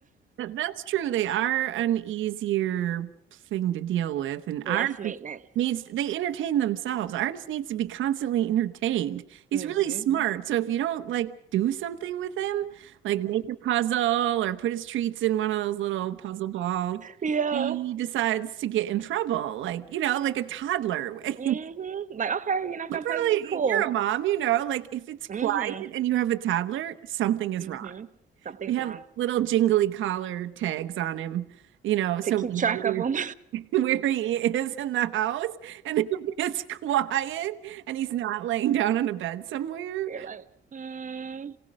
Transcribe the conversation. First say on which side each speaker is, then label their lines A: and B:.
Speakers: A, on the right (about 80°); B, on the right (about 40°).
A: That, that's true. They are an easier thing to deal with, and ours
B: less maintenance.
A: just needs they entertain themselves. Artist needs to be constantly entertained. He's
B: hmm
A: really smart, so if you don't like do something with him, like make a puzzle or put his treats in one of those little puzzle balls,
B: Yeah.
A: he decides to get in trouble. Like, you know, like a toddler. <laughs>
B: Mm-hmm. Like, okay, you're not
A: But
B: gonna
A: You probably
B: play with me? Cool.
A: you're a mom, you know, like if it's quiet
B: Mm-hmm.
A: and you have a toddler, something is
B: Mm-hmm.
A: wrong.
B: Something's
A: We have
B: wrong.
A: little jingly collar tags on him, you know, so
B: To keep
A: we know
B: track
A: where,
B: of them,
A: <laughs> where he is in the house. And if it's quiet and he's not laying down on a bed somewhere,
B: <laughs> you're like, mm,